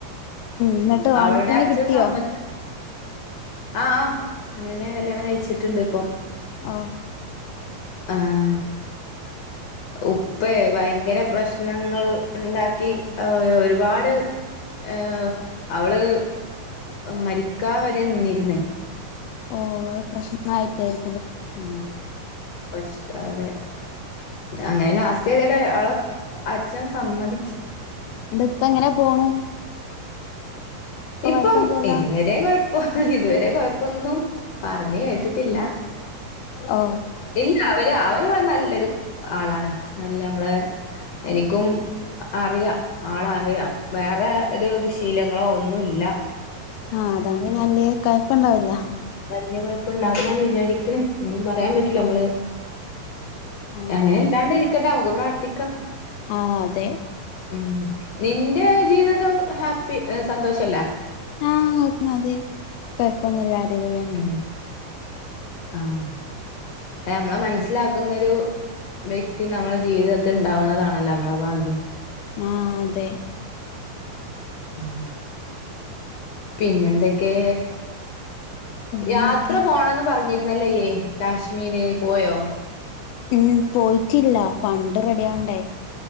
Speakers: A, on the left (about 80°); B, on the left (about 65°).
A: എന്നിട്ട് ഓനെ
B: അവള്ടെ
A: തന്നെ
B: അച്ഛൻ
A: കിട്ടിയോ
B: സമ്മതിക്ക ആഹ് ആ ഓനെന്നെ കല്യാണം കഴിച്ചിട്ട്ണ്ട് ഇപ്പം
A: ആ
B: ആഹ് ഉപ്പേ ഭയങ്കര പ്രശ്നങ്ങൾ ണ്ടാക്കി ഒ ഒ ഒര്പാട് ഏ അവള് മരിക്കാ വരെ നിന്നിരുന്നേ
A: ഓ അത് പ്രശ്ന ആയിട്ടായിരി
B: ഉം പഷ് അതെ അങ്ങനെ ലാസ്റ്റ് ഏതാലും അവളെ അച്ഛൻ സമ്മതിച്ച്
A: ണ്ട് ഇപ്പ എങ്ങനെ പോണു കൊഴപ്പൊന്നുല്ലല്ലോ
B: ഇപ്പം ഇത് വരെ കൊഴപ്പം ഇത് വരെ കൊഴപ്പൊന്നും പറഞ്ഞ് കേട്ടിട്ടില്ല
A: ഓ
B: ഇല്ല അവര് അവന് ക് നല്ലൊരു ആളാണ് നല്ല മ്മളെ എനിക്കും അറിയാം ആളെറിയാം വേറെ ഒരു ദുശീലങ്ങളോ ഒന്നുംല്ല
A: ആഹ് അതുകൊണ്ട് പിന്നെ അല്യ കൊഴപ്പണ്ടാവില്ല
B: വല്യ കൊയപ്പം ണ്ടാവൂലാന്ന് വിചാരിക്ക്ണ് ഒന്നും പറയാൻ പറ്റൂല
A: ഓ
B: മ്മള്
A: ആ
B: അങ്ങനെ ഇല്ലാണ്ട് ഇരിക്കട്ടെ മ്മക്ക് പ്രാർത്ഥിക്കാം
A: ആ അതെ
B: ഉം നിന്റെ ജീവിതത്തി ഹാപ്പി സന്തോഷല്ലേ
A: ആഹ് അതെ കൊഴപ്പൊന്നുല്ല അടിപൊളിയാണെ
B: ഉം ആഹ് പ്പ ഞമ്മളെ മനസ്സിലാക്കുന്നൊരു വ്യക്തി നമ്മളെ ജീവിതത്തിൽ ഉണ്ടാവുണതാണല്ലോ നമ്മളെ ഭാഗ്യം
A: ആഹ് അതെ
B: ഉം
A: ഉം
B: പിന്നെന്തൊക്കെ
A: പിന്നെന്തൊക്കെ
B: യാത്ര പോവണം എന്ന് പറഞ്ഞി രുന്നല്ലോ യ്യ് കാശ്മീര് പോയോ
A: ഉം പോയിറ്റില്ല ഫണ്ട് റെഡി ആവണ്ടേ